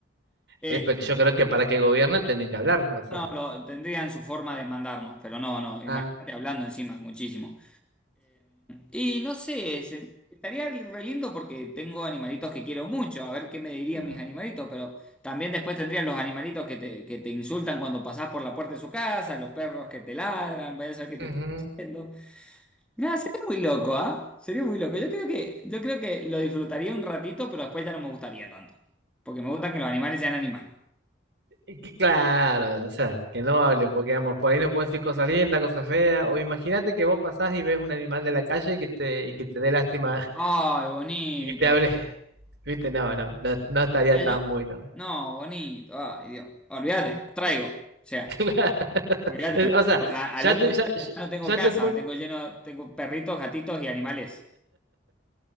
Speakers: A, in the centre; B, on the right.
A: eh,
B: eh, porque yo creo que para que gobiernen tienen que hablar, ¿no? O sea,
A: no, lo- tendrían su forma de mandarnos, pero no, no, imagínate
B: ah,
A: hablando encima, muchísimo. Y no sé, se- estaría re lindo porque tengo animalitos que quiero mucho, a ver qué me dirían
B: mm,
A: mis animalitos, pero también después tendrían los animalitos que te, que te insultan cuando pasás por la puerta de su casa, los perros que te ladran, vaya a saber qué te
B: ujú.
A: están diciendo. Nada, sería muy loco, ¿ah? Sería muy loco. Yo creo que, yo creo que lo disfrutaría un ratito, pero después ya no me gustaría tanto, porque me gusta que los animales sean animales.
B: Y que- Claro, o sea, que no hablen, porque vamos, por ahí nos pueden decir cosas lindas, cosas feas, o imagínate que vos pasás y ves un animal de la calle y que te, y que te dé lástima <laughs>
A: Ay, bonito.
B: y que te hable, <laughs> viste, no, no, no, no estaría
A: Decía
B: tan
A: yo,
B: bueno.
A: No, bonito. Ay, Dios. Olvídate, lo traigo. O sea.
B: <laughs>
A: Mirá,
B: O sea,
A: a-
B: ya
A: al otro
B: te, ya, ya-
A: día ya no tengo
B: ya
A: casa,
B: te pon-
A: tengo lleno, tengo perritos, gatitos y animales.